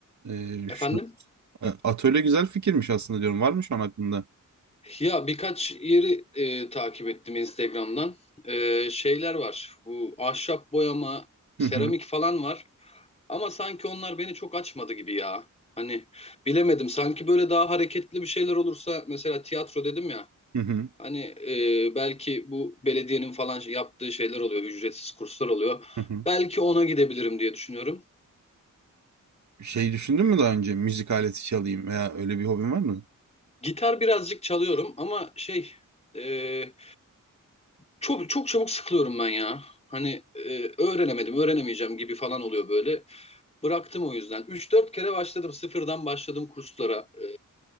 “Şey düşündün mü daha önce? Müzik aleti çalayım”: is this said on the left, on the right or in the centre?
Right